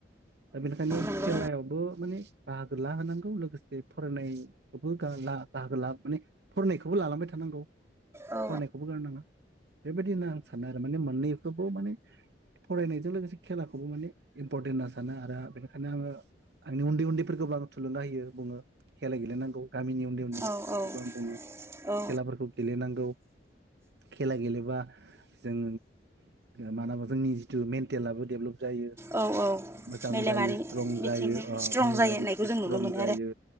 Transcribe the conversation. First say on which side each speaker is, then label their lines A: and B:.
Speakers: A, on the right (about 65°); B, on the right (about 15°).
A: दा बेनिखायनो
B: नंगौ
A: खेलायावबो माने बाहागो लाहोनांगौ लोगोसे फरायनायबो बाहागो ला माने फरायनायखौबो लालांबाय थानांगौ
B: औ नंगौ औ
A: फरायनायखौबो गारनाङा बेबायदि होनना आं सानो आरो माने मोननैखौबो माने फरायनायजों लोगोसे खेलाखौबो माने इम्परटेन्ट होनना सानो आरो बेनिखायनो आङो आंनि उन्दै उन्दैफोरखौबो आङ थुलुंगा होयो बुङो खेला गेलेनांगौ गामिनि उन्दै उन्दै मानसि
B: औ
A: फोरखौबो आं बुङो
B: औ
A: खेलाफोरखौ गेलेनांगौ खेला गेलेबा। जों मालाबा। जोंनि जिथु मेन्टेआबो डेभप
B: औ औ
A: मोजां
B: मेलेमारि
A: जायो स्ट्रं
B: बिथिङै
A: जायो
B: स्ट्रं
A: मेलेमारि
B: जायो होननायखौ
A: बिदि
B: जों
A: स्ट्रं
B: नुनो मोनो
A: जायो